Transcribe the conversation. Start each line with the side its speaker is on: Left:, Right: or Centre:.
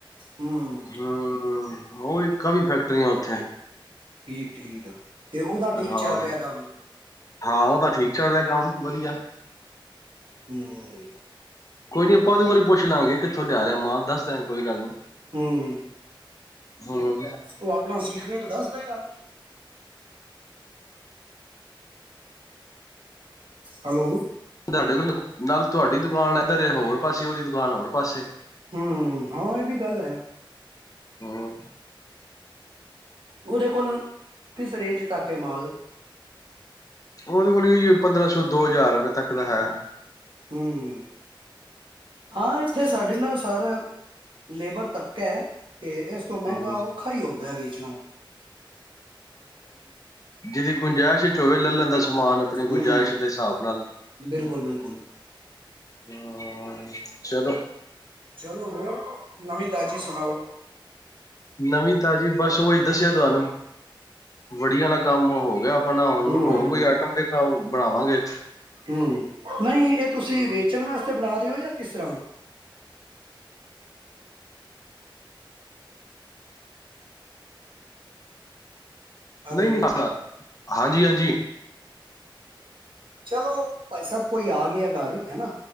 Right: ਹੂੰ
Left: ਹਮ ਉਹ ਕਾਫੀ ਫੈਕਟਰੀਆਂ ਉੱਥੇ।
Right: ਠੀਕ ਠੀਕ ਤੇ ਉਹਦਾ ਠੀਕ
Left: ਹਾਂ
Right: ਚੱਲ ਰਿਹਾ ਕੰਮ
Left: ਹਾਂ ਉਹ ਤਾ ਠੀਕ ਚੱਲ ਰਿਹਾ ਕੰਮ ਵਧੀਆ
Right: ਹਮ
Left: ਕੋਈ ਨੀ ਆਪਾਂ ਉਹਦੇ ਵਾਰੀ ਪੁੱਛ ਲਵਾਂਗੇ ਕਿੱਥੋਂ ਲਿਆ ਰਹਾਂ ਮਾਲ ਦੱਸ ਦਿਆਂਗੇ ਕੋਈ ਗੱਲ ਨੀ
Right: ਹਮ
Left: ਹੂੰ
Right: ਉਹ ਆਪਣਾ ਸਿਕਰਟ ਦੱਸ ਦੇਗਾ ਹੈਲੋ
Left: ਤੁਹਾਡੇ ਕੋਲ ਨਾਲ ਤੁਹਾਡੀ ਦੁਕਾਨ ਇੱਧਰ ਹੋਰ ਪਾਸੇ ਉਹ ਦੀ ਦੁਕਾਨ ਹੋਰ ਪਾਸੇ
Right: ਹਮ ਹਾਂ ਇਹ ਵੀ ਗੱਲ ਹੈ
Left: ਹਮ
Right: ਉਹਦੇ ਕੋਲ ਕਿਸ ਰੇਂਜ ਤੱਕ ਏ ਮਾਲ
Left: ਉਹਦੇ ਕੋਲ ਵੀ ਪੰਦਰਾਂ ਸੌ ਦੋ ਹਜ਼ਾਰ ਰੁਪਏ ਤੱਕ ਦਾ ਹੈ
Right: ਹਮ ਹਾਂ ਇੱਥੇ ਸਾਡੇ ਨਾਲ ਸਾਰਾ ਲੇਬਰ ਤਬਕਾ ਹੈ ਤੇ ਇਸ ਤੋਂ ਮਹਿੰਗਾ
Left: ਹੂੰ
Right: ਔਖਾ ਹੀ ਆਉਂਦਾ ਹੈ ਵੇਚਣਾ
Left: ਜਿਦੀ ਗੁੰਜਾਇਸ਼ ਚ ਹੋਵੇ ਲੈ ਲੈਂਦਾ ਸੀ ਸਮਾਨ ਆਪਣੀ ਗੁੰਜਾਇਸ਼
Right: ਹੂੰ
Left: ਦੇ ਹਿਸਾਬ ਨਾਲ
Right: ਬਿਲਕੁਲ ਬਿਲਕੁਲ
Left: ਹਮ ਚਲੋ
Right: ਚਲੋ ਹੋਰ ਨਵੀਂ ਤਾਜ਼ੀ ਸੁਣਾਓ?
Left: ਨਵੀਂ ਤਾਜ਼ੀ ਬਸ ਉਹ ਹੀ ਦੱਸਿਆ ਤੁਹਾਨੂੰ ਵੜੀਆਂ ਵਾਲ ਕੰਮ ਹੋ ਗਿਆ ਬਣਾਉਣ
Right: ਹੂੰ
Left: ਨੂੰ ਹੋਰ
Right: ਹੂੰ
Left: ਕੋਈ ਆਈਟਮ ਦਿਖਾਓ ਬਣਾਵਾਂਗੇ
Right: ਹਮ ਨਹੀਂ ਇਹ ਤੁਸੀਂ
Left: ਹਮ,
Right: ਵੇਚਣ ਵਾਸਤੇ ਬਣਾ <inaudible> ਕਿਸ ਤਰ੍ਹਾਂ ਹੈਲੋ
Left: ਨਹੀਂ ਨਹੀਂ <inaudible> ਹਾਂਜੀ ਹਾਂਜੀ
Right: ਚਲੋ ਭਾਈ ਸਾਹਿਬ ਕੋਈ ਆ ਗਿਆ ਘਰ ਹੈ ਨਾ